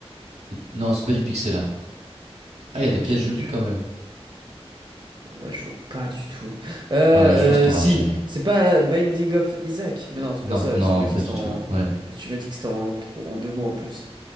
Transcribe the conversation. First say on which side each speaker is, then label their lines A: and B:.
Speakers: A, on the right; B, on the right.
A: des- Non, c'est pas du pixel art. Ah, il y a des
B: Ok,
A: pièces jolies
B: putain.
A: quand même.
B: Ouais, je vois pas du tout. Euh,
A: Ah, mais je pense que t'auras
B: euh, si,
A: jamais.
B: c'est pas Binding of Isaac. Mais non, c'est
A: Non,
B: pas ça.
A: non,
B: Tu m'as
A: pas
B: dit que
A: du
B: c'était
A: tout.
B: en...
A: Ouais.
B: Tu m'as dit que c'était en, tro- en deux mots en plus.